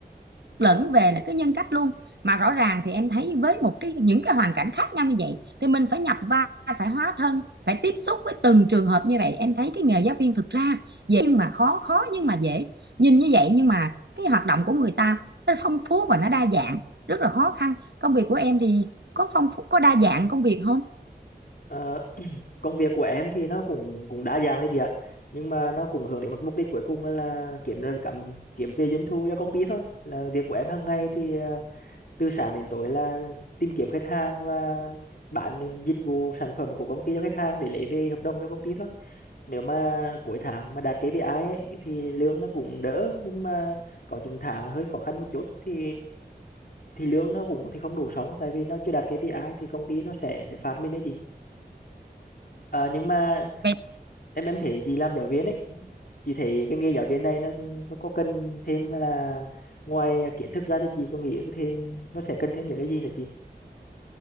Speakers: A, on the right (about 80°); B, on the left (about 60°).
A: lẫn về là cái nhân cách luôn mà rõ ràng thì em thấy với một cái những cái hoàn cảnh khác nhau như vậy thì mình phải nhập vai phải hóa thân phải tiếp xúc với từng trường hợp như vậy em thấy cái nghề giáo viên thực ra dễ nhưng mà khó khó nhưng mà dễ nhìn như vậy nhưng mà cái hoạt động của người ta nó phong phú và nó đa dạng rất là khó khăn công việc của em thì có phong phú có đa dạng công việc không
B: Ờ, công việc của em thì nó cũng cũng đa dạng đấy chị ạ nhưng mà nó cũng hướng đến một mục đích cuối cùng là, là kiếm ra cảm kiếm về doanh thu cho công ty thôi là việc của em hàng ngày thì ờ, từ sáng đến tối là tìm kiếm khách hàng và bán những dịch vụ sản phẩm của công ty cho khách hàng để lấy về hợp đồng cho công ty thôi nếu mà cuối tháng mà đạt KPI ấy, thì lương nó cũng đỡ nhưng mà có những tháng hơi khó khăn một chút thì thì lương nó cũng thì không đủ sống tại vì nó chưa đạt KPI thì công ty nó sẽ sẽ phạt mình đấy chị à, nhưng mà
A: Vậy
B: em em thấy chị làm giáo viên ấy chị thấy cái nghề giáo viên này nó có, có cần thêm là ngoài kiến thức ra thì chị có nghĩ thêm nó sẽ cần thêm những cái gì nữa chị